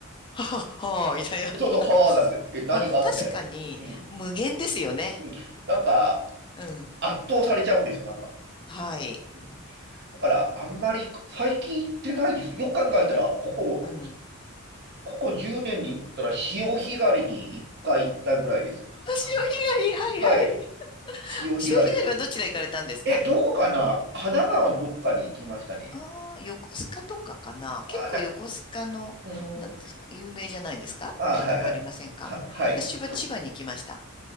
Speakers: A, on the left; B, on the right.
A: はは、はあ、みたいな。
B: そうそう、
A: <laughs>
B: はあなんですよ。え、何がみたいな感じ。
A: まあ、確かに無限ですよね。
B: うん。うん。なんか、
A: うん。
B: 圧倒されちゃうんですよ、なんか。
A: はい。
B: うん。だから、あんまり最近行ってないです。よく考えたら、ここ、
A: うん。
B: ここ10年で言ったら、潮干狩りに一回行ったぐらいです。
A: 潮干狩り、
B: <laughs>
A: はいはい。
B: はい。潮干狩り。
A: 潮干狩りはどちら行かれたんですか
B: え、どこかな神奈川のどっかに行きましたね。
A: ああ、横須賀とかかな。結構横須賀の、
B: あ、な、うーん。
A: なんていうんですか、有名じゃないですかなとこありませんか私は千葉に行きました。
B: あ、はいはい。は、はい。